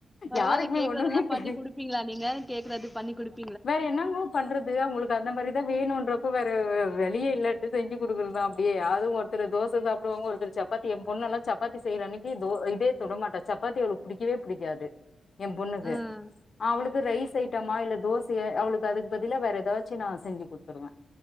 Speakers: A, in the centre; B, on the left.
A: பரவால்ல
B: யாருக்குமே
A: கேக்கறதெல்லா
B: ஒண்ணுமே
A: பண்ணி
B: தெரி
A: குடுப்பீங்களா நீங்க கேக்கறது பண்ணி குடுப்
B: வேற என்னாங் எப்பவு பண்றது அவங்களுக்கு அந்த மாரிதா வேணும்ன்றப்ப வேற வெழியே இல்லாட்டி செஞ்சு கொடுக்குறதுதா அப்டியே அதுவு ஒரு திரு தோச சாப்பிடுவாங்க ஒருத்திரு சப்பாத்தி என் பொண்ணல்லா சப்பாத்தி செய்யற அன்னைக்கு தோ இதே தொட மாட்டா சப்பாத்தி அவளுக் புடிக்கவே புடிக்காது என் பொண்ணுக்கு
A: ம்
B: அவளுக்கு ரைஸ் ஐட்டமா இல்ல தோசையை அவளுக்கு அதுக்கு பதில வேற ஏதாச்சு நா செஞ்சு குடுத்துருவே